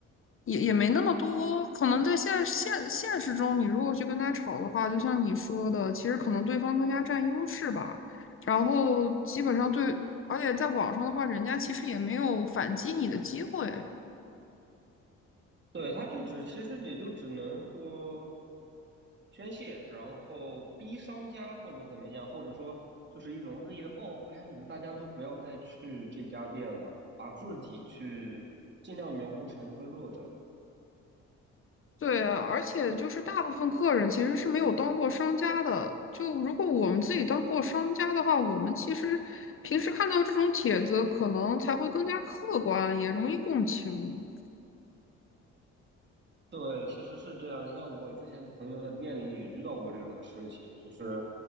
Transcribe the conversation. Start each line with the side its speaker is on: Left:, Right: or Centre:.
Left: 也也没那么多，可能在现现现实中，你如果去跟他吵的话，就像你说的，其实可能对方更加占优势吧。然后基本上对，而且在网上的话，人家其实也没有反击你的机会。
Right: 对，他就只其实也就只能说宣泄，然后逼商家或者怎么样，或者说就是一种恶意的报复。哎呀，你们大家都不要再去这家店了，把自己去尽量描述成一个弱者，
Left: 对，而且就是大部分客人其实是没有当过商家的。就如果我们自己当过商家的话，我们其实平时看到这种帖子，可能才会更加客观，也容易共情。
Right: 对，其实是这样。你像我之前的朋友在店里也遇到过这种事情，就是